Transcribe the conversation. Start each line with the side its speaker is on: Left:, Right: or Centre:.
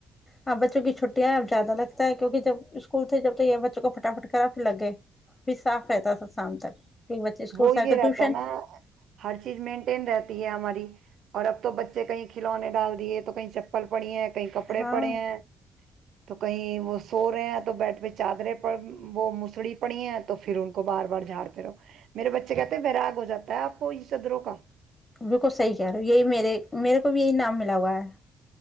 Left: ہاں بچوں کی چھٹیاں ہم زیادہ لگتا ہے کیونکہ جب اسکول سے جب تو یہ بچوں کو فٹافٹ کرا پھر لگ گئے پھر صاف کہتا تھا شام تک کیونکہ بچے اسکول
Right: وہ
Left: سے
Right: یہ
Left: آ کر
Right: رہتا
Left: ٹیوشن
Right: ہے نا ہر چیز مینٹین رہتی ہے ہماری اور اب تو بچے کہیں کھلونے ڈال دیے تو کہیں چپل پڑی ہے کہئی کپڑے
Left: ہاں
Right: پڑے ہیں تو کہیں وہ سو رہے ہیں تو بیٹ پہ چادرے پڑ وہ مسڑی پڑی ہیں تو پھر ان کو بار بار جھاڑتے رہو میرے بچے کہتے ہیں بیرا گ ہو جاتی ہو میں اپ کو اس صدر کا
Left: بالکل صحیح کہہ رہے ہو یہی میرے میرے کو بھی یہی نام ملا ہوا ہے